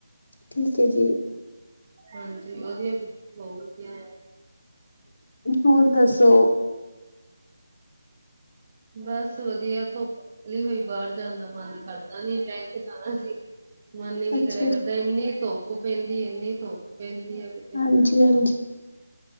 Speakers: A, on the left; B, on the right.
A: ਠੀਕ ਹੈ ਜੀ।
B: ਹਾਂਜੀ ਉਹ ਦੀਆ ਬਹੁ ਵਧੀਆ ਏ
A: ਹੋਰ ਦੱਸੋ?
B: ਬਸ ਵਧੀਆ ਧੁੱਪ ਨਿਕਲੀ ਹੋਈ ਬਾਹਰ ਜਾਣ ਦਾ ਮਨ ਕਰਦਾ ਨੀ ਬੈਂਕ ਜਾਣਾ ਸੀ। ਮਨ ਹੀ ਨਹੀਂ
A: ਅੱਛਾ
B: ਕਰਿਆ ਕਰਦਾ ਏਨੀ ਧੁੱਪ ਧੁੱਪ ਪੈਂਦੀ ਇੰਨੀ ਧੁੱਪ ਪੈਂਦੀ। ਆ ਕਿਤੇ।
A: ਹਾਂਜੀ ਹਾਂਜੀ